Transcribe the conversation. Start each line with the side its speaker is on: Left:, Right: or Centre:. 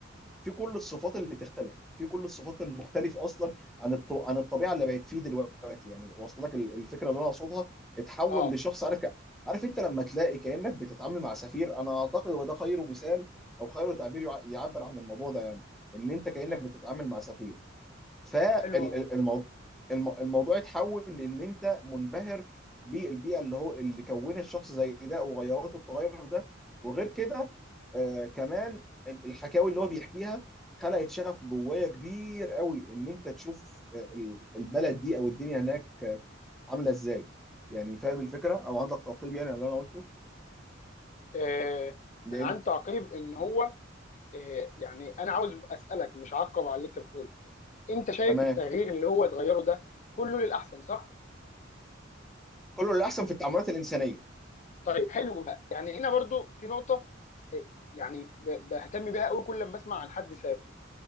Centre: في كل الصفات اللي تختلف في كل الصفات المختلفه اصلا عن الط... عن الطبيعه اللي بقت فيه دلوقتي يعني واصله لك ال- الفكره اللي انا اقصدها اتحول
Left: اه
Centre: لشخص عارف ك... عارف انت لما تلاقي كانك بتتعامل مع سفير انا اعتقد وده خير مثال او خير تعبير يع- يعبر عن الموضوع ده يعني ان انت كانك
Left: مم.
Centre: بتتعامل مع سفير فالموضوع
Left: حلو قوي
Centre: اتحول لان انت منبهر بالبيئه اللي هو اللي كون الشخص زي ده وغيراته التغير ده وغير كده آه كمان ال- الحكاوي اللي هو بيحكيها خلقت شغف جوايا كبير قوي ان انت تشوف آه، ال- البلد دي او الدنيا هناك آه، عامله ازاي يعني فاهم الفكره او عندك تعقيب يعني على اللي انا قلته
Left: آه
Centre: لان
Left: انا عندي تعقيب ان
Centre: مم.
Left: هو إيه يعني انا عاوز اسالك مش عقب على اللي انت بتقوله انت شايف
Centre: تمام
Left: التغيير اللي هو اتغيره ده كله للاحسن صح
Centre: كله اللي احسن في التعاملات الانسانيه
Left: طيب حلو بقى يعني هنا برضو في نقطه إيه، يعني ب- بهتم بيها قوي كل لما اسمع عن حد سافر